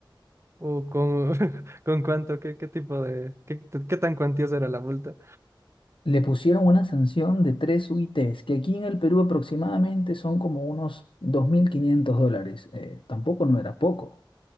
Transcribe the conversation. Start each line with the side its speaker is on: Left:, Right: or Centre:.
Right: ¿O con, <laughs> con cuánto? ¿Qué, qué tipo de, qué, qué tan cuantiosa era la multa?
Left: Le pusieron una sanción de 3 UITs, que aquí en el Perú aproximadamente son como unos 2.500 dólares. Eh, tampoco no era poco.